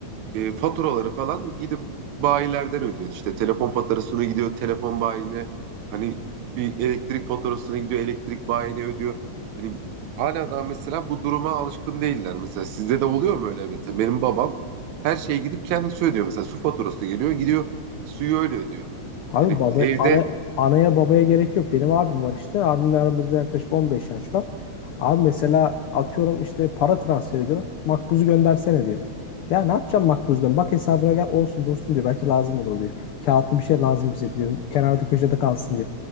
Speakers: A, on the right; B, on the left.
A: e, faturaları falan gidip bayilerden ödüyor. İşte telefon faturasını gidiyor telefon bayine. Hani bir elektrik faturasını gidiyor elektrik bayine ödüyor. Hani hala daha mesela bu duruma alışkın değiller. Mesela sizde de oluyor mu öyle mesela? Benim babam her şeye gidip kendisi ödüyor. Mesela su faturası geliyor gidiyor suyu öyle ödüyor.
B: Abi
A: Yani
B: baba
A: evde
B: ana, anaya babaya gerek yok. Benim abim var işte. Abimle aramızda yaklaşık 15 yaş var. Abi mesela atıyorum işte para transfer ediyorum. Makbuzu göndersene diyor. Ya ne yapacağım makbuzdan? Bak hesabına gel olsun dursun diyor. Belki lazım olur diyor. Kağıtlı bir şey lazım bize diyor. Kenarda köşede kalsın diyor.